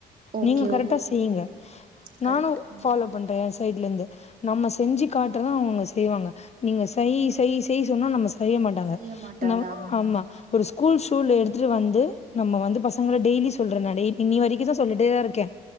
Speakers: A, on the right; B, on the left.
A: ஓகே
B: நீங்க கரெக்டா
A: ஓகேங்க
B: செய்யங்க
A: கரெக்ட்
B: நானு
A: ம்
B: ஃபாலோ பண்றேன் என் சைட்ல இருந்து நம்ம செஞ்சு காட்டுறதா அவுங்க செய்வாங்க நீங்க செய் செய் செய் சொன்னா நம்ம செய்ய மாட்டாங்க
A: செய்ய மாட்டாங்க
B: ந ஆமா ஒரு ஸ்கூல் ஷூல எடுத்துட்டு வந்து நம்ம வந்து பசங்கள டெய்லி சொல்ற நா டே இன்னி வரைக்கோ தா சொல்லிட்டே தா இருக்கேன்